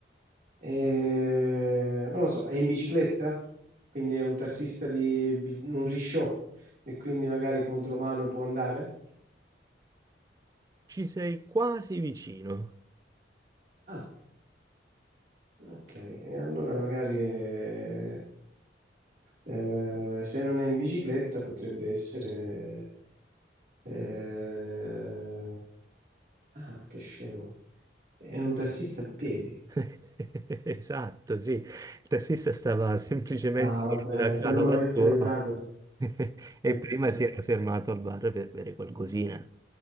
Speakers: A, on the right; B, on the right.
A: Eh, non lo so, è in bicicletta, quindi è un tassista di bi- un risciò e quindi magari contromano può andare?
B: Ci sei quasi vicino.
A: Ah, ok, e allora magari è- eh, se non è in bicicletta potrebbe essere... eh, ah, che scemo, è un tassista a piedi.
B: <laughs> Esatto, sì. Il tassista stava semplicemente
A: No, vabbè,
B: andando
A: se non mi
B: dal
A: avesse
B: turno
A: aiutato...
B: <laughs> e
A: Eh,
B: prima si era fermato al bar per bere qualcosina.